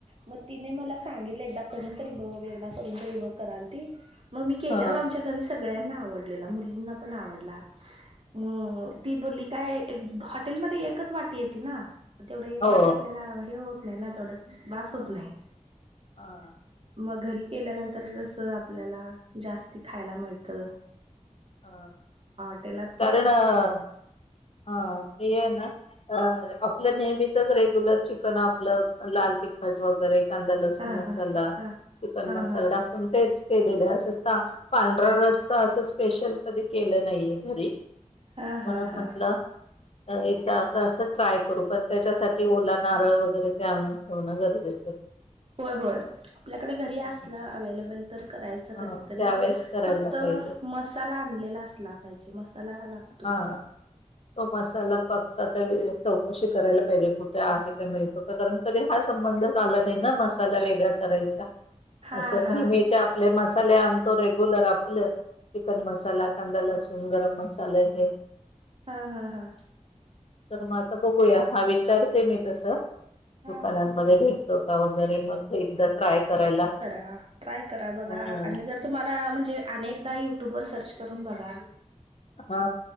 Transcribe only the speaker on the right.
मग तिने मला सांगितलं एकदा करून तरी बघ, एकदा करून तरी बघ कराल ती. मग मी केल्यावर
आमच्या घरी सगळ्यांना आवडलेला मुलींना पण आवडला म ती बोलली काय हॉटेलमध्ये एकच वाटी येते ना तेवढं एक
वाटी आपल्याला हे होत नाही ना तेवढं बास
होत नाही.
मग घरी केल्यानंतर जस आपल्याला जास्त खायला मिळत.
हाटेलात.
हा
हा हा
हा
हा
हा
हा हा.
होय होय, आपल्याकडे घरी असलं
अवेलेबल तर करायचं असं
कधीतरी
फक्त
मसाला आणलेला असला पाहिजे मसाला हा लागतोच.
हा
हा
हा हा हा.
हा बर
करा ट्राय करा बघा
आणि जर तुम्हाला म्हणजे अनेकदा यु युटूब वर सर्च करून बघा,